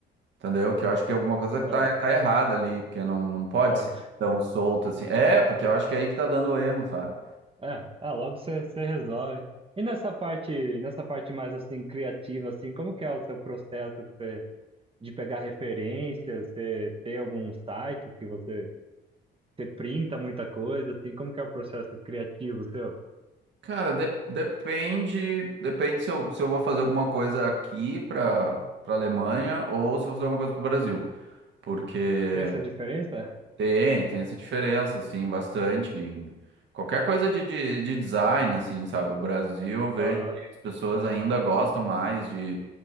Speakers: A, on the right; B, on the right.
A: entendeu? Que eu acho que alguma coisa tá,
B: ah,
A: tá errada ali, porque não, não pode
B: ah.
A: ser tão solto assim. É, porque eu acho que é aí que tá dando erro, sabe?
B: É, é, logo você você resolve. E nessa parte, nessa parte mais assim criativa assim, como que é o seu processo que cê- de pegar referências, você tem algum site que você você printa muita coisa assim, como que é o processo criativo seu?
A: Cara, de- depende, depende se eu, se eu vou fazer alguma coisa aqui para para Alemanha ou se eu vou fazer alguma coisa para o Brasil, porque
B: Tem essa diferença?
A: Tem, tem essa diferença, assim, bastante. Em qualquer coisa de, de, de design, assim, sabe? O Brasil, eu vejo
B: Aham.
A: que as pessoas ainda gostam mais de,